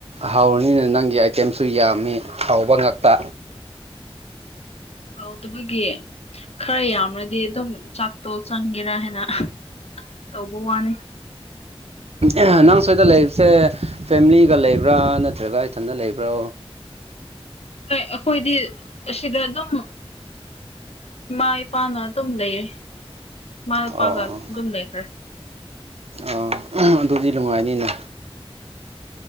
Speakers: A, on the right; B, on the left.
A: ꯍꯥꯎꯔꯅꯤꯅ‌ꯦ ꯅꯪꯒꯤ ꯑꯥꯏꯇꯦꯝꯁꯨ ꯌꯥꯝꯃꯤ ꯍꯥꯎꯕ ꯉꯥꯛꯇ
B: ꯍꯥꯎꯇꯕꯒꯤ ꯈꯔ ꯌꯥꯝꯅꯗꯤ ꯑꯗꯨꯝ ꯆꯥꯛꯇꯣ ꯆꯅꯤꯡꯒꯦꯔꯥ ꯍ‌ꯦꯟꯅ ꯇꯧꯕ ꯋꯥꯅꯤ
A: ꯑꯦ ꯅꯪ ꯁ꯭ꯋꯥꯏꯗ ꯂꯩꯕꯁꯦ ꯐꯦꯃꯤꯂꯤꯒ ꯂꯩꯕ꯭ꯔꯥ ꯅꯠꯇ꯭ꯔꯒ ꯏꯊꯟꯇ ꯂꯩꯕ꯭ꯔꯣ
B: ꯍꯣꯏ ꯑꯩꯈꯣꯏꯗꯤ ꯑꯁꯤꯗ ꯑꯗꯨꯝ ꯏꯃꯥ ꯏꯄꯥꯅ ꯑꯗꯨꯝ ꯂꯩꯌꯦ ꯃꯥꯥꯏꯄꯥꯒ
A: ꯑꯣ
B: ꯑꯗꯨꯝ ꯅꯈꯔꯦ
A: ꯑꯣ ꯑꯗꯨꯗꯤ ꯅꯨꯡꯉꯥꯏꯅꯤꯅ